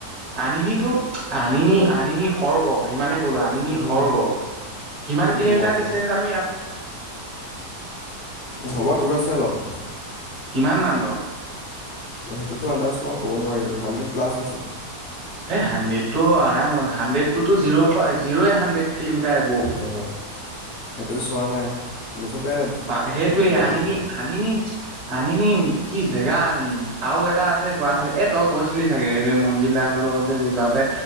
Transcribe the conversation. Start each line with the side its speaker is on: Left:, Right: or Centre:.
Right: আনিনো, আনিনি, আনিনি সৰ্গ ইমানে আমিনি
Left: উম
Right: আ, সৰ্গ কিমান
Left: কি
Right: কিলোমিটাৰ
Left: মজা।
Right: ডিচটেন্স
Left: হ'ব দূৰ আছে অলপ।
Right: কিমান মমান বাৰু?
Left: সেইটো আন্দাজ মই ক'ব নোৱাৰিম হাণ্ড্ৰেড প্লা আছে।
Right: হেই হাণ্ড্ৰেড টো আৰাম হাড্ৰেড টো জিৰ' পৰা জিৰ'ই হাণ্ড্ৰেড কিলোমিটাৰ এব'ভ।
Left: অঁ। সেইটো চোৱা নাই মুঠতে
Right: বা সেইটোৱে
Left: যাম।
Right: আনিনি আনিনি, আনিনি কি জেগা আনিনি আৰু এটা আ আছে গুৱাহাটী এ তই গৈছিলি চাগে এই মন্জিল দাহঁতৰ লগত যে গৈ যাওঁতে